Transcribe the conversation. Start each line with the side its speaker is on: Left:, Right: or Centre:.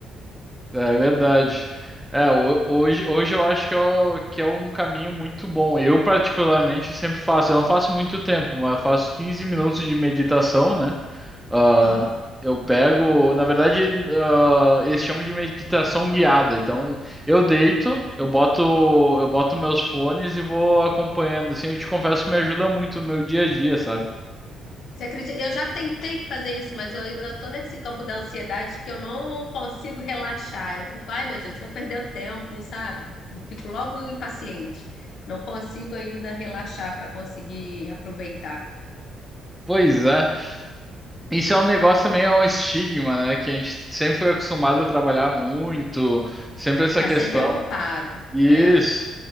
Centre: É verdade. É, ho- hoje, hoje eu acho que é, o- que é um caminho muito bom. Eu, particularmente, sempre faço. Eu não faço muito tempo, mas faço 15 minutos de meditação, né? Ah,
Left: Aham.
Centre: eu pego, na verdade, ah, eles chamam de meditação guiada. Então, eu deito, eu boto, eu boto meus fones e vou acompanhando. Assim, eu te confesso que me ajuda muito no meu dia a dia, sabe?
Left: Você acredita? Eu já tentei fazer isso, mas eu ainda estou nesse campo da ansiedade que eu não consigo relaxar. Eu fico, ai meu Deus, estou perdendo tempo, sabe? Fico logo impaciente. Não consigo ainda relaxar para conseguir aproveitar.
Centre: Pois é. Isso é um negócio meio é um estigma, né? Que a gente sempre foi acostumado a trabalhar muito, sempre essa
Left: Tá
Centre: questão.
Left: sempre ocupado.
Centre: Isso.
Left: É.